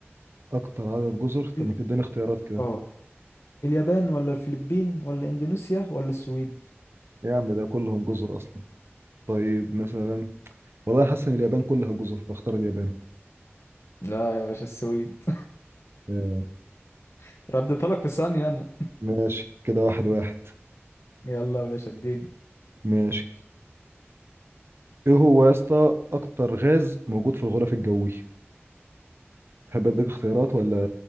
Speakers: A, on the right; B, on the left.
A: اكتر عدد جزر طب
B: ال-
A: ما تديني اختيارات كده
B: اه اليابان ولا الفلبين ولا اندونيسيا ولا السويد
A: إيه يا عم ده كلهم جزر اصلا طيب مثلا والله حاسس ان اليابان كلها جزر فاختار اليابان
B: لا يا باشا السويد
A: آه،
B: <laughs> رديتها لك في ثانية انا
A: ماشي كده واحد واحد
B: يلا يا باشا اديني
A: ماشي ايه هو يا اسطى اكتر غاز موجود في الغلاف الجوي تحب اديك اختيارات ولا